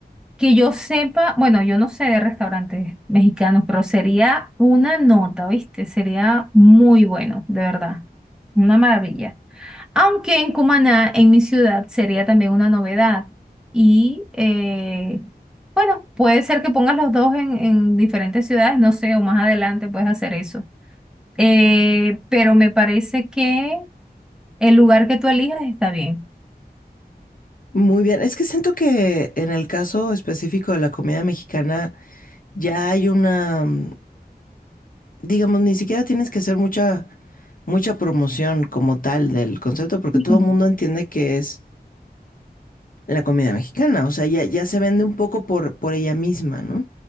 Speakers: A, in the centre; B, on the left.
A: Que yo sepa, bueno, yo no sé de restaurantes mexicanos, pero sería una nota, ¿viste? Sería muy bueno, de verdad. Una maravilla. Aunque en Cumaná, en mi ciudad, sería también una novedad. Y eh, bueno, puede ser que pongas los dos en, en diferentes ciudades, no sé, o más adelante puedes hacer eso. Eh, pero me parece que el lugar que tú elijas está bien.
B: muy bien. Es que siento que en el caso específico de la comida mexicana, ya hay una, mm, digamos, ni siquiera tienes que hacer mucha, mucha promoción como tal del concepto, porque
A: Ujú.
B: todo el mundo entiende que es la comida mexicana, o sea, ya, ya se vende un poco por, por ella misma, ¿no?